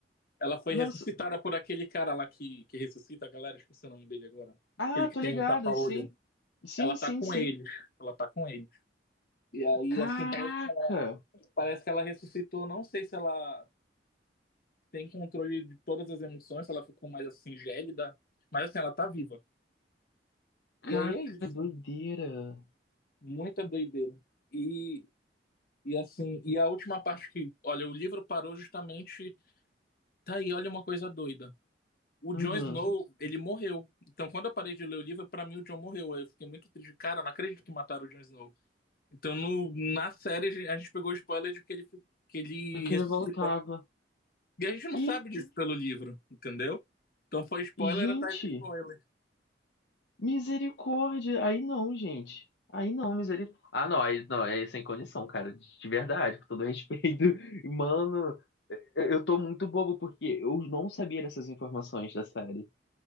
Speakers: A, on the left; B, on the left.
A: Ela foi
B: Nossa.
A: ressuscitada por aquele cara lá que, que ressuscita a galera, esqueci o nome dele agora.
B: Ah,
A: Aquele que
B: tô
A: tem
B: ligado,
A: um tapa-olho.
B: sim. Sim,
A: Ela
B: sim,
A: tá com
B: sim.
A: eles. Ela tá com eles. E aí,
B: Caraca!
A: assim, parece que ela, parece que ela ressuscitou. Não sei se ela tem controle de todas as emoções, se ela ficou mais assim, gélida. Mas assim, ela tá viva. E
B: Cara,
A: aí é isso.
B: que doideira.
A: Muita doideira. E, e assim, e a última parte que, olha, o livro parou justamente. Tá aí, olha uma coisa doida. O
B: Uhum.
A: Jon Snow, ele morreu. Então, quando eu parei de ler o livro, pra mim o Jon morreu. Aí eu fiquei muito triste. Cara, não acredito que mataram o Jon Snow. Então, no, na série, a gente a gente pegou o spoiler de que ele, que ele
B: E que
A: ressuscita.
B: ele voltava.
A: E a gente não sabe
B: Ih,
A: disso pelo livro, entendeu? Então, foi spoiler
B: gente,
A: atrás de spoiler.
B: Misericórdia. Aí não, gente. Aí não, misericórdia. Ah, não, aí não, é sem condição, cara. De de verdade, com todo respeito. <laughs> Mano, é, eu eu tô muito bobo porque eu não sabia dessas informações da série